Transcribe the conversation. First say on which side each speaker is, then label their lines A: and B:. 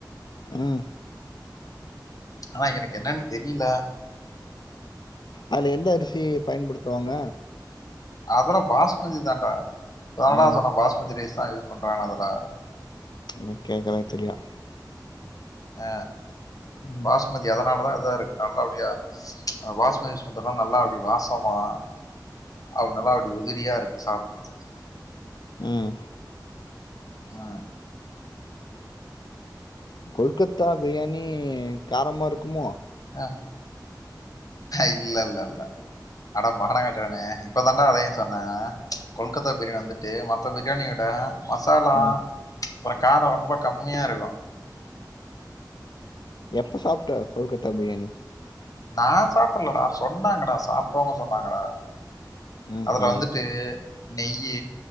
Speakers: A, on the left (about 70°); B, on the left (about 50°).
A: ம்
B: ஆனா எனக்கு என்னன் தெரில
A: அதுல எந்த அரிசி பயன்படுத்துவாங்க
B: அதுலா பாஸ்மதி தான்டா இப்பதானடா
A: ம்.
B: சொன்ன பாஸ்மதி ரைஸ்தா யூஸ் பண்றாங்க அதுல
A: என்ன கேக்கனே தெரில
B: அ
A: ம்,
B: பாஸ் மதி அதனாலதா இதா இருக்கு நல்லா அப்டியா பாஸ்மதி யூஸ் பண்றதுனால நல்லா அப்டியே வாசமா அதனால அப்டி உதிரியா இருக்கு சாப்டறதுக்கு
A: ம்
B: ஆ
A: கொல்கத்தா பிரியாணி காரமா இருக்குமோ
B: அ இல்லல்ல அட மான கெட்டவனே இப்பதானண்டா வேணு சொன்ன கொல்கத்தா பிரியாணி வந்துட்டு மத்த பிரியாணி விட மசாலா
A: ம்.
B: அப்பற கார ரொம்ப கம்மியா இருக்கு
A: எப்ப சாப்ட்ட கொல்கத்தா பிரியாணி
B: நான் சாப்டலடா சொன்னாங்கடா சாப்ட்டவங்க சொன்னாங்கடா
A: ம்ஹ்ம்.
B: அதுல வந்துட்டு நெய்யி